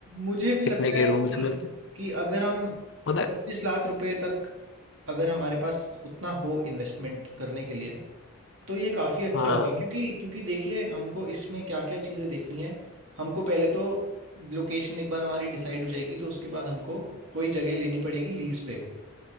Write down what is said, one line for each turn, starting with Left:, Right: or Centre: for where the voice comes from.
Right: मुझे भी लगता
Left: कितने के
Right: है
Left: रूम्स
Right: कि
Left: मिलते
Right: कि अगर हम
Left: होता है
Right: 25 लाख रुपए तक अगर हमारे पास उतना हो इन्वेस्टमेंट करने के लिए तो ये काफ़ी अच्छा
Left: हाँ
Right: होगा क्योंकि क्योंकि देखिए हमको इसमें क्या क्या चीज़ें देखनी है हमको पहले तो लोकेशन एक बार हमारी डिसाइड हो जाएगी तो उसके बाद हमको कोई जगह लेनी पड़ेगी लीज़ पे